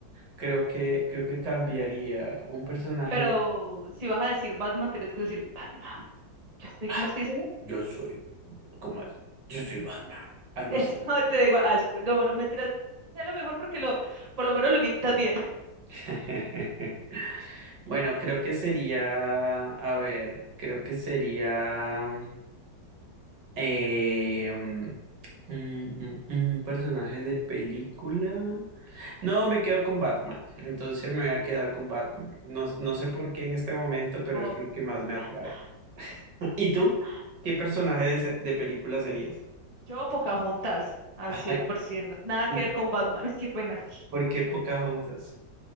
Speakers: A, on the right; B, on the right.
A: creo que, creo que cambiaría un personaje
B: Pero
A: de
B: si vas a decir Batman, tienes que decir Batman. Yo estoy,
A: "Ah,
B: ¿cómo es que dicen?
A: yo soy, ¿cómo es? Yo soy Batman,
B: <laughs>
A: algo
B: Eso
A: así.
B: te digo, ah, esp- no, no mentiras. Sé lo mejor porque lo, por lo menos lo imitas bien.
A: <laughs> Bueno, creo que sería, a ver, creo que sería mm, eh, mm, mm, mm, un personaje de película. No, me quedo con Batman. Entonces me voy a quedar con Batman. No, no sé por qué en este momento, pero
B: Con
A: es lo que más me
B: Batman,
A: atrae. <laughs> ¿Y tú?
B: Batman.
A: ¿Qué personaje de, se- de película serías?
B: Yo Pocahontas, al cien
A: Ay,
B: por ciento Nada
A: sí.
B: que ver con Batman, <laughs> qué pena.
A: ¿por qué Pocahontas?